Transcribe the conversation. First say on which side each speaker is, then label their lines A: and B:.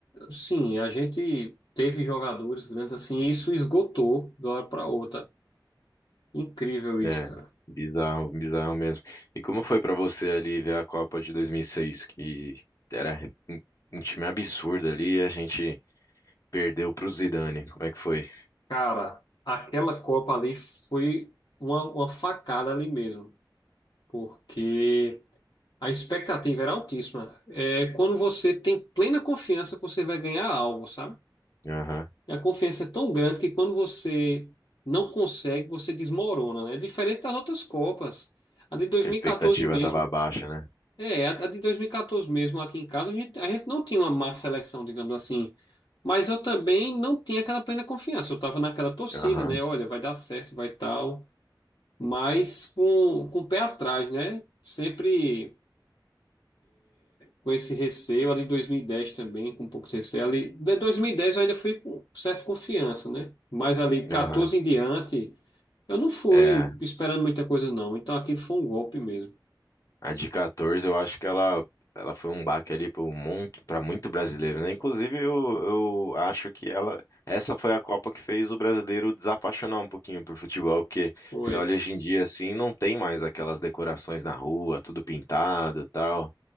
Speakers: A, on the left; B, on the left.
A: sim, a gente teve jogadores grandes assim, e isso esgotou de uma hora para outra. Incrível isso,
B: é.
A: cara.
B: Bizarro, bizarro mesmo. E como foi pra você ali ver a Copa de 2006, que era um um time absurdo ali, e a gente perdeu pro Zidane. Como é que foi?
A: Cara, aquela Copa ali foi uma, uma facada ali mesmo, porque A expectativa era altíssima. É quando você tem plena confiança que você vai ganhar algo, sabe?
B: Aham.
A: A confiança é tão grande que quando você não consegue, você desmorona, né? Diferente das outras Copas. A de 2014
B: Que a expectativa
A: mesmo.
B: tava baixa, né?
A: É, a a de 2014 mesmo, aqui em casa, a gente, a gente não tinha uma má seleção, digamos assim. Mas eu também não tinha aquela plena confiança. Eu tava naquela torcida,
B: Aham,
A: né? Olha, vai dar certo, vai tal. Mas com, com o pé atrás, né? Sempre. com esse receio ali em 2010 também, com um pouco de receio ali. De 2010 eu ainda fui com certa confiança, né? Mas ali 14
B: aham.
A: em diante, eu não fui
B: É,
A: esperando muita coisa não. Então aquilo foi um golpe mesmo.
B: A de 14, eu acho que ela, ela foi um baque ali para monte, para muito brasileiro, né? Inclusive, eu, eu acho que ela, essa foi a Copa que fez o brasileiro desapaixonar um pouquinho por futebol, porque
A: Foi.
B: você olha hoje em dia assim, não tem mais aquelas decorações na rua, tudo pintado e tal.